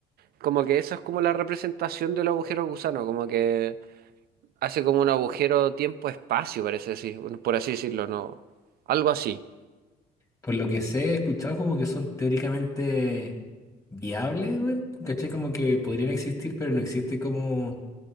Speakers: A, on the right; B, on the left.
A: como que esa es como la representación del agujero gusano, como que... Hace como un agujero tiempo-espacio, parece así, por así decirlo, ¿no? Algo así.
B: Por lo que sé, he escuchado como que son teóricamente viables, weón. ¿Cachai? Como que podrían existir, pero no existe como